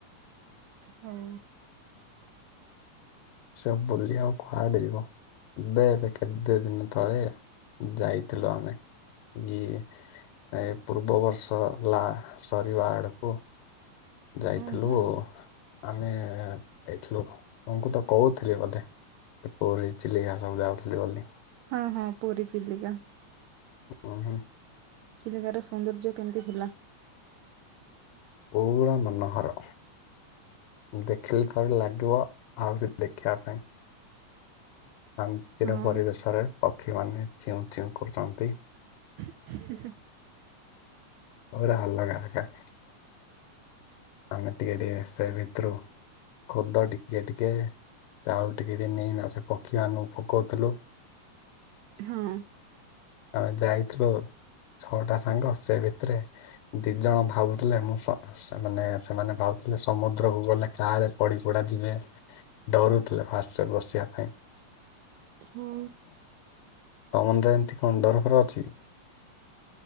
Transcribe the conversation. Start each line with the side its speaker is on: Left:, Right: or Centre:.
Right: ହଉ।
Left: ସବୁ ବୁଲି ଆଉ କୁଆଡେ ଯିବ। ଏବେ ବେ କେତେ ଦିନ ତଳେ ଯାଇଥିଲୁ ଆମେ ଇଏ ଏ ପୂର୍ବ ବର୍ଷ ହେଲା ସରିବା ଆଡ଼କୁ ଯାଇଥିଲୁ
Right: ଓହୋ
Left: ଆମେ ଏଇଥିଲୁ ତାଙ୍କୁ ତ କହୁଥିଲି ଏ କଥା ପୁରୀ, ଚିଲିକା ସବୁ ଯାଉଥିଲେ ବୋଲି।
Right: ହଁ ହଁ ପୁରୀ ଚିଲିକା,
Left: ଉଁ ହୁଁ
Right: ଚିଲିକାର ସୌନ୍ଦର୍ଯ୍ୟ କେମିତି ଥିଲା?
Left: ପୁରା ମନୋହର। ଦେଖିଲେ ଥରେ ଲାଗିବ ଆହୁରି ଦେଖିବା ପାଇଁ। ଶାନ୍ତିର
Right: ହଁ
Left: ପରିବେଶରେ ପକ୍ଷୀମାନେ ଚିଉଁ ଚିଉଁ କରୁଛନ୍ତି।
Right: ହେ ହେ।
Left: ପୁରା ଆଲଗା <unintelligible> ଆମେ ଟିକେ ଟିକେ ସେ ଭିତରୁ ଖୁଦ ଟିକେ ଟିକେ ଚାଉଳ ଟିକେ ଟିକେ ନେଇ ନା ସେ ପକ୍ଷୀ ମାନଙ୍କୁ ପକଉଥିଲୁ।
Right: ହଁ।
Left: ଆମେ ଯାଇଥିଲୁ ଛଅଟା ସାଙ୍ଗ ସେ ଭିତରେ ଦି ଜଣ ଭାବୁଥିଲେ ମୁଁ ସ ସ ମାନେ- ସେମାନେ ଭାବୁଥିଲେ ସମୁଦ୍ରକୁୁ ଗଲେ କାଳେ ପଡି ପଡା ଯିବେ। ଡରୁଥିଲେ ଫାଷ୍ଟରେ ବସିବା ପାଇଁ।
Right: ହୁଁ।
Left: ଆନୁରେ ଏମିତି କଣ ଡର ଫର ଅଛି?